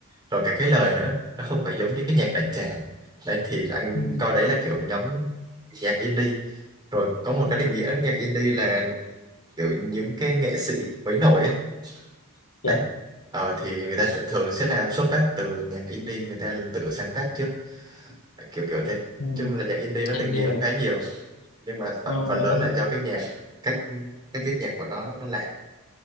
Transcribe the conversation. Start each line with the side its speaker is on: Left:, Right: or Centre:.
Right: rồi cả cái lời nữa nó không phải giống như cái nhạc đại tràng đấy thì anh
Left: ừ,
Right: coi đấy là kiểu nhóm nhạc indie rồi có một
Left: ừ,
Right: cái
Left: ừ.
Right: định nghĩa nhạc indie là kiểu những cái nghệ sĩ mới nổi á đấy
Left: Dạ,
Right: ờ thì người ta sẽ- thường sẽ là xuất phát từ nhạc indie người ta tự sáng tác trước kiểu kiểu thế
Left: ừ.
Right: chung là nhạc indie nó định
Left: em nghe
Right: nghĩa cũng khá nhiều nhưng mà
Left: ờ,
Right: phần phần lớn
Left: em
Right: là do cái nhạc cách cách viết nhạc của nó nó, nó lạ